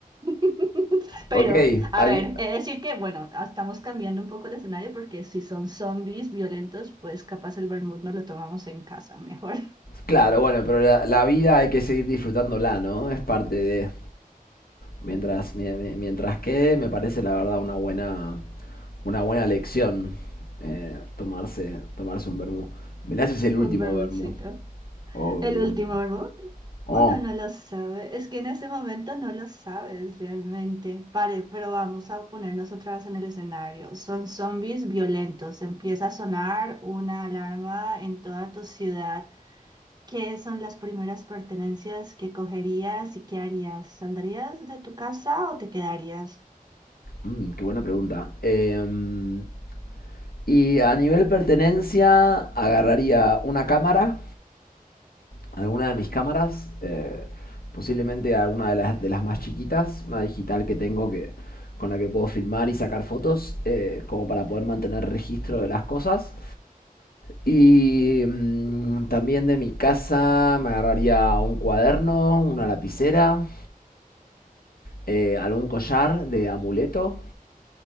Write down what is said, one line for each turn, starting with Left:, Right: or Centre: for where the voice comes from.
Right: <laughs> Pero,
Left: Ok,
Right: a
Left: adi-
Right: ver, he de decir que, bueno, ah, estamos cambiando un poco el escenario porque si son zombies violentos, pues capaz el vermut no lo tomamos en casa, mejor
Left: claro, bueno, pero la, la vida hay que seguir disfrutándola, ¿no? Es parte de... Mientras, mi- mi- mientras quede, me parece la verdad una buena, una buena lección eh, tomarse, tomarse un vermú. Velázquez es el
Right: <laughs>
Left: último
Right: un vermutcito.
Left: vermú. Oh,
Right: El
Left: Dios
Right: último
Left: mío.
Right: álbum,
Left: Oh.
Right: uno no no lo sabe, es que en ese momento no lo sabes realmente. Pare, pero vamos a ponernos otra vez en el escenario. Son zombies violentos. Empieza a sonar una alarma en toda tu ciudad. ¿Qué son las primeras pertenencias que cogerías y qué harías? ¿Saldrías de tu casa o te quedarías?
Left: Mm, qué buena pregunta. Em, y a nivel pertenencia, agarraría una cámara, alguna de mis cámaras, eh, posiblemente alguna de las, de las más chiquitas, una digital que tengo que, con la que puedo filmar y sacar fotos, eh, como para poder mantener registro de las cosas. Y mm, también de mi casa me agarraría un cuaderno, una lapicera, eh, algún collar de amuleto